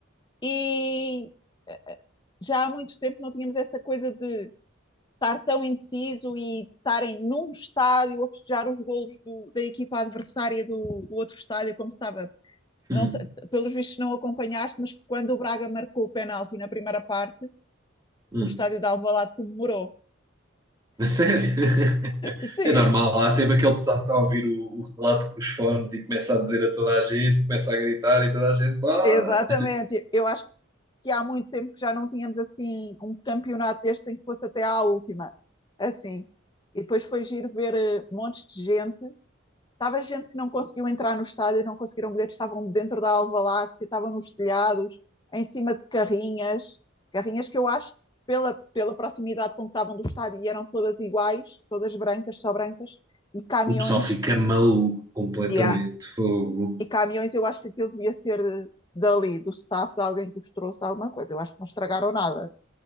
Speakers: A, on the left; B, on the right.
A: e eh, já há muito tempo não tínhamos essa coisa de estar tão indeciso e estarem num estádio a festejar os golos do- da equipa adversária do, do outro estádio, como se estava. Não
B: Hum,
A: sei, pelos vistos não acompanhaste, mas quando o Braga marcou o penalti na primeira parte,
B: hum.
A: o estádio de Alvalade comemorou.
B: A sério? <laughs>
A: Sim,
B: É normal, há sempre aquele pessoal que está a ouvir o, o relato com os fones e começa a dizer a toda a gente, começa a gritar e toda a gente, bora!
A: exatamente. Eu acho que há muito tempo que já não tínhamos assim um campeonato deste em que fosse até à última. Assim. E depois foi giro ver eh, montes de gente. Estava gente que não conseguiu entrar no estádio, não conseguiram bilhetes, estavam dentro da Alvaláxia, estavam nos telhados, em cima de carrinhas. Carrinhas que eu acho, que pela, pela proximidade com que estavam do estádio, eram todas iguais, todas brancas, só brancas, e caminhões.
B: O pessoal fica maluco completamente,
A: Yeah
B: fogo.
A: E caminhões, eu acho que aquilo devia ser eh, dali, do staff, de alguém que os trouxe alguma coisa. Eu acho que não estragaram nada.